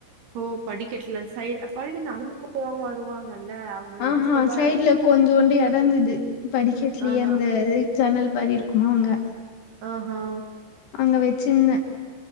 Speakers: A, on the right; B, on the left.
A: ஓ படிக்கட்ல சை படிக்கட்ல நடந்து போவாங்க வருவாங்கல்ல அவங்க
B: ஆஹா
A: டிஸ்டர்பா
B: சைட்ல
A: இருக்கு
B: கொஞ் ண்டு இடந்திது படிக்கட்லயே
A: ஆஹா
B: அந்த ஜன்னல் மாரி இருக்குமா அங்க
A: ஆஹா
B: அங்க வச்சிருந்த